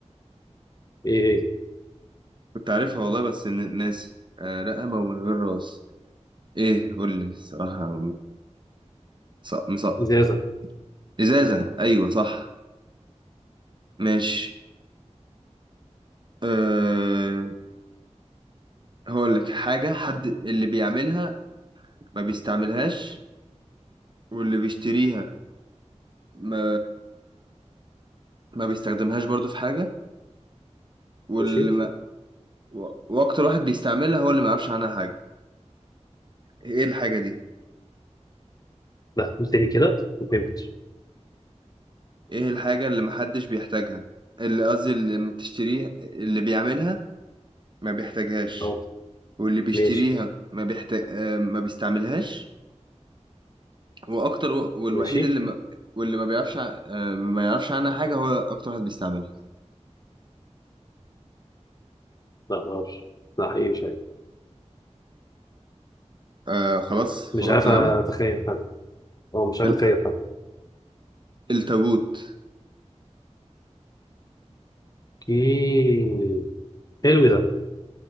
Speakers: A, on the left (about 30°); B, on the right (about 40°).
A: إيه إيه
B: كنت عارفها والله بس ن- ناسي آه، رقبة من غير راس إيه قول لي الصراحة مسقط مسقط
A: إزازة
B: إزازة أيوة صح ماشي أه هقول لك حاجة حد اللي بيعملها ما بيستعملهاش واللي بيشتريها ما ما بيستخدمهاش برضو في حاجة واللي
A: ماشي
B: و- واكتر واحد بيستعملها هو اللي ما يعرفش عنها حاجه ايه الحاجه دي
A: لا قول تاني كده ما فهمتش
B: ايه الحاجه اللي محدش بيحتاجها اللي قصدي اللي ما بتشتريها اللي بيعملها ما بيحتاجهاش
A: أه
B: واللي بيشتريها
A: ماشي
B: ما بيحتاج آه، ما بيستعملهاش واكتر و- والوحيد
A: ماشي
B: اللي ما واللي ما بيعرفش ع- آه، ما يعرفش عنها حاجه هو اكتر واحد بيستعملها
A: لا معرفش لا إيه مش عارف
B: آه خلاص
A: مش
B: فقدت
A: عارف
B: الامل
A: أتخيل حتى أه مش عارف
B: ال-
A: أتخيل حتى
B: التابوت
A: اوكي حلو ده